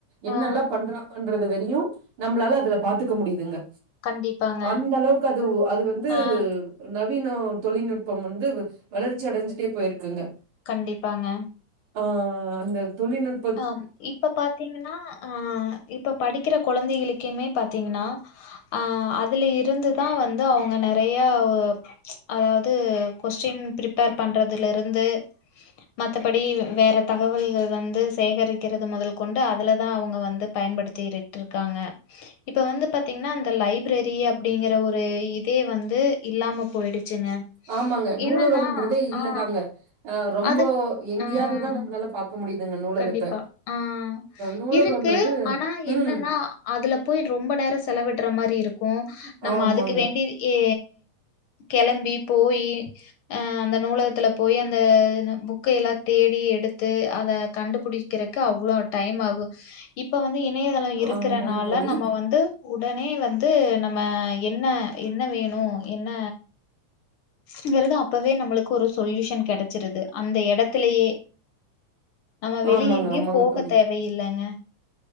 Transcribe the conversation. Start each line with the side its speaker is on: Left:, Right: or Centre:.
Right: என்னெல்லா
Left: ஆ
Right: பண்றாங்கன்றது வரியு நம்மளால அதுல பாத்துக்க முடியிதுங்க
Left: கண்டிப்பாங்க.
Right: அந்த அளவுக்கு அது
Left: ஆ
Right: அது வந்து
Left: ஆ
Right: நவீன தொழில்நுட்பம் வந்து வளர்ச்சி அடஞ்சிட்டே போயிருக்குங்க
Left: கண்டிப்பாங்க
Right: ஆ அந்த தொழில்நுட்
Left: ஆமாம் இப்ப பாத்தீங்கன்னா அ இப்ப படிக்கிற கொழந்தைகளுக்குமே பாத்தீங்கன்னா ஆ அதுல இருந்துதா வந்து அவங்க நெறையா அதாவது கொஸ்டின் பிரிப்பேர் பண்றதுல இருந்து மத்தபடி வேற தகவல்க வந்து சேகரிக்கிறது முதல் கொண்டு அதுலதா அவுங்க வந்து பயன்படுத்திவிட்டு இருக்காங்க இப்ப வந்து பாத்தீங்கன்னா அந்த லைப்ரேரி அப்டிங்கற ஒரு இதே வந்து இல்லாம போயிடுச்சுங்க
Right: ஆமாங்க நூலகம்ன்றதே
Left: என்னன்னா
Right: இல்லதாங்க
Left: ஆ
Right: அ ரொம்ப
Left: அது
Right: எங்கேயாதுதா
Left: ஆ
Right: நம்ளால பாக் க முடியிதுங்க நூலகத்த
Left: கண்டிப்பா. ஆ.
Right: நூலகோன்றது
Left: இருக்கு. ஆனா
Right: ம்
Left: என்னன்னா, அதுல போயி ரொம்ப நேரம் செலவிட்ற மாறி இருக்கும் நம்ம
Right: ஆமாங்க.
Left: அதுக்கு வேண்டி ஏ கெளம்பி போயி அ அந்த நூலகத்துல போயி அந்த புக்கைய எல்லா தேடி எடுத்து அத கண்டுபிடிக்கறக்கு அவ்ளோ டைம் ஆகும் இப்ப வந்து இணைய தளம் இருக்கறனால
Right: ஆமாங்க தோழி.
Left: நம்ம வந்து உடனே வந்து நம்ம என்ன என்ன வேணு என்ன ங்கிறது அப்பவே நம்மளுக்கு ஒரு சொல்யூஷன் கிடைச்சிருது அந்த இடத்துலயே நம்ப வெளிய
Right: ஆமாங்க,
Left: எங்கயு
Right: ஆமாங்க
Left: போக
Right: தோழி.
Left: தேவையில்லங்க